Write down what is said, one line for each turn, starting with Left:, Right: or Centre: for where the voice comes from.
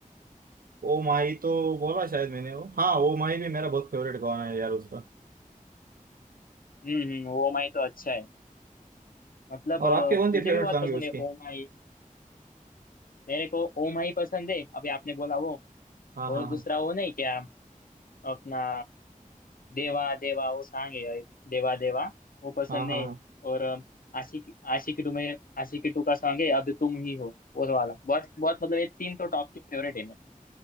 Right: ओ माही तो बोला शायद मैंने वो हाँ ओ माही भी मेरा बहुत फेवरेट गाना है यार उसका
Left: हम्म हम्म ओ माई तो अच्छा है मतलब
Right: और
Left: अ,
Right: आपके कौन से
Left: मुझे
Right: फेवरेट
Left: भी बहुत
Right: सॉन्ग
Left: पसंद
Right: है उसके
Left: है ओ माई मेरे को ओ माई पसंद है अभी आपने बोला वो
Right: हाँ
Left: और
Right: हाँ
Left: दूसरा वो नहीं क्या अपना देवा देवा वो सॉन्ग है एक, देवा देवा वो पसंद
Right: हाँ हाँ
Left: है
Right: हाँ
Left: और अ, आशिकी आशिकी टू में आशिकी टू का सॉन्ग है अब तुम ही हो वो वाला बहुत बहुत मतलब ये तीन तो टॉप के फेवरेट है मेरे